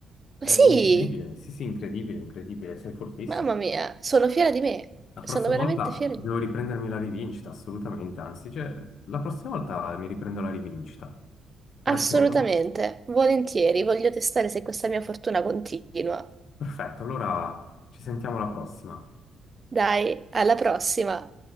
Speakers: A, on the left (about 70°); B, on the right (about 30°).
A: È
B: Ma sì,
A: incredibile, sì sì, incredibile, incredibile, sei fortissimo.
B: mamma mia, sono fiera di me,
A: La
B: sono
A: prossima
B: veramente
A: volta
B: fiera
A: devo riprendermi la rivincita, assolutamente, anzi, cioè, la prossima volta mi riprendo la rivincita. D'accordo?
B: Assolutamente, volentieri, voglio testare se questa mia fortuna continua.
A: Perfetto, allora ci sentiamo alla prossima.
B: Dai, alla prossima!